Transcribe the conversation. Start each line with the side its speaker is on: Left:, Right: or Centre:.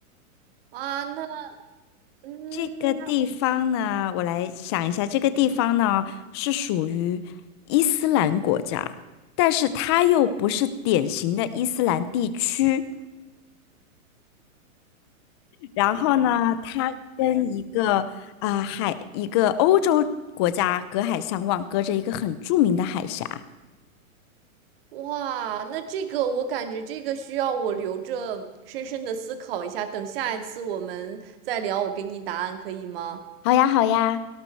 Right: 啊，那嗯。
Left: 这个地方呢，我来想一下，这个地方呢是属于伊斯兰国家，但是它又不是典型的伊斯兰地区。然后呢，它跟一个啊、海一个欧洲国家隔海相望，隔着一个很著名的海峡。
Right: 哇，那这个我感觉这个需要我留着深深的思考一下，等下一次我们再聊，我给你答案可以吗？
Left: 好呀，好呀，